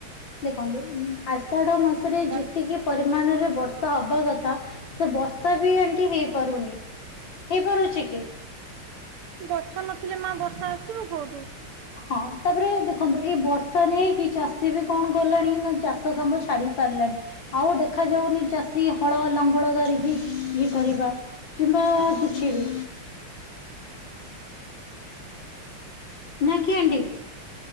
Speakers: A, on the left (about 60°); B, on the right (about 90°).
A: ଦେଖନ୍ତୁ ଆଷାଢ ମାସରେ
B: ଗ
A: ଯେତିକି ପରିମାଣରେ ବର୍ଷା ହବା କଥା ସେ ବର୍ଷା ବି ଏମିତି ହେଇପାରୁନି ହେଇପାରୁଛି କି?
B: ଗଛ ନଥିଲେ ମା ବର୍ଷା ଆସିବ କୋଉଠୁ?
A: ହଁ ତାପରେ ଦେଖନ୍ତୁ ଏଇ ବର୍ଷା ନେଇକି ଚାଷୀ ବି କଣ କଲାଣି ନା ଚାଷ କାମ ଛାଡି ସାରିଲାଣି। ଆଉ ଦେଖା ଯାଉନି ଚାଷୀ ହଳ ଲଙ୍ଗଳ ଧରିକି ଇଏ କରିବା। କିମ୍ବା କିଛି ବି। ନା କି ଆଣ୍ଟି?